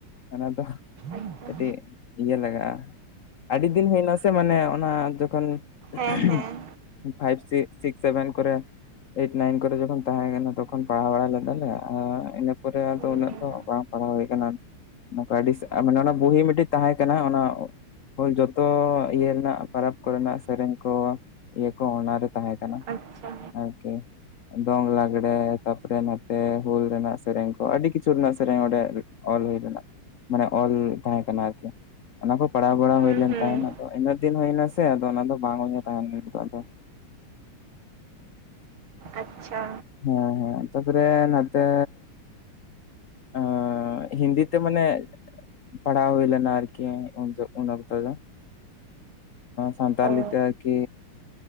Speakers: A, on the left; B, on the right.
A: ᱚᱱᱟ ᱫᱚ
B: ᱟᱪᱪᱷᱟ
A: ᱠᱟᱹᱴᱤᱡ ᱤᱭᱟᱹ ᱞᱟᱜᱟᱜᱼᱟ ᱟᱹᱰᱤ ᱫᱤᱱ ᱦᱩᱭᱱᱟ ᱥᱮ ᱢᱟᱱᱮ ᱚᱱᱟ ᱡᱚᱠᱷᱚᱱ ᱦ <unintelligible>
B: ᱦᱮᱸ ᱦᱮᱸ
A: ᱯᱷᱟᱭᱤᱵᱷ ᱥᱤᱠᱥ ᱥᱮᱵᱷᱮᱱ ᱠᱚᱨᱮ ᱮᱭᱤᱴ ᱱᱟᱭᱤᱱ ᱠᱚᱨᱮ ᱡᱚᱠᱷᱚᱱ ᱛᱟᱦᱮᱸ ᱠᱟᱱᱟ ᱛᱚᱠᱷᱚᱱᱼᱼ ᱟᱞᱟᱞᱮ ᱤᱱᱟᱹ ᱯᱚᱨᱮ ᱟᱫᱚ
B: ᱦᱩᱸ
A: ᱩᱱᱟᱹᱜ
B: ᱦᱩᱸ
A: ᱫᱚ ᱵᱟᱝ ᱯᱟᱲᱦᱟᱣ ᱦᱩᱭ ᱟᱠᱟᱱᱟ᱾ ᱱᱚᱝᱠᱟ ᱢᱟᱱᱮ ᱚᱱᱟ ᱵᱩᱦᱤ ᱢᱤᱫᱴᱤᱡ ᱛᱟᱦᱮᱸ ᱠᱟᱱᱟ ᱚᱱᱟ᱾ ᱦ ᱡᱚᱛᱚ ᱤᱭᱟᱹ ᱨᱮᱱᱟᱜ ᱯᱟᱨᱟᱵᱽ ᱠᱚᱨᱮᱱᱟᱜ ᱥᱮᱨᱮᱧ ᱠᱚ ᱤᱭᱟᱹ ᱠᱚ ᱚᱱᱟᱨᱮ ᱛᱟᱦᱮᱸ ᱠᱟᱱᱟ᱾
B: ᱟᱪᱪᱷᱟ
A: ᱟᱠᱮ ᱫᱳᱝ ᱞᱟᱜᱲᱮ ᱛᱟᱯᱚᱨᱮ ᱱᱚᱛᱮ ᱦᱩᱞ ᱨᱮᱱᱟᱜ ᱥᱮᱨᱮᱧ ᱠᱚ ᱟᱹᱰᱤ ᱠᱤᱪᱷᱩ ᱨᱮᱱᱟᱜ ᱥᱮᱨᱮᱧ ᱚᱸᱰᱮ ᱚᱞ ᱦᱩᱭ ᱞᱮᱱᱟ᱾ ᱢᱟᱱᱮ ᱚᱞ ᱛᱟᱦᱮᱸ ᱠᱟᱱᱟ ᱟᱨᱠᱤ ᱚᱱᱟ ᱠᱚ ᱯᱟᱲᱟᱣ
B: ᱦᱩᱸ
A: ᱵᱟᱲᱟ ᱦᱩᱭᱞᱱ
B: ᱦᱩᱸ
A: ᱛᱟᱦᱮᱸᱱᱟ ᱟᱫᱚ ᱤᱱᱟ᱾ ᱫᱤᱱ ᱦᱩᱭᱱᱟ ᱥᱮ ᱟᱫᱚ ᱚᱱᱟ ᱫᱚ ᱵᱟᱝ ᱛᱟᱦᱮᱱᱟ ᱱ ᱟᱫᱚᱼᱼ
B: ᱟᱪᱪᱷᱟ
A: ᱦᱮᱸ ᱦᱮᱸ ᱛᱟᱯᱚᱨᱮ ᱱᱚᱛᱮ ᱟ ᱦᱤᱱᱫᱤᱛᱮ ᱢᱟᱱᱮᱼᱼ ᱯᱟᱲᱟᱣ ᱦᱩᱭ ᱞᱮᱱᱟ ᱟᱨᱠᱤ ᱩᱱ ᱩᱚᱱᱚᱠᱛ ᱫᱚ ᱥᱟᱱᱛᱟᱞᱤ
B: ᱚ
A: ᱛᱮ ᱟᱨᱠᱤ